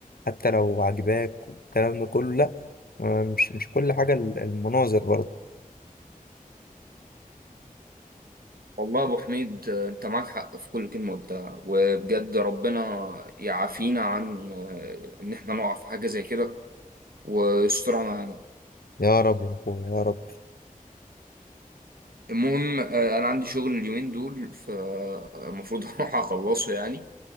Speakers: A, on the left; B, on the right.
A: حتى لو عجباك والكلام ده كله لأ آه، مش مش كل حاجة ال- المناظر برضه
B: والله يا ابو حميد آه، انت معاك حق في كل كلمه قلتها وبجد ربنا يعافينا عن آه، ان احنا نقع في حاجه زي كده ويسترها معانا
A: يا رب يا أخويا يا رب
B: المهم آه، انا عندي شغل اليومين دول فالمفروض <laughs> هروح اخلصه يعني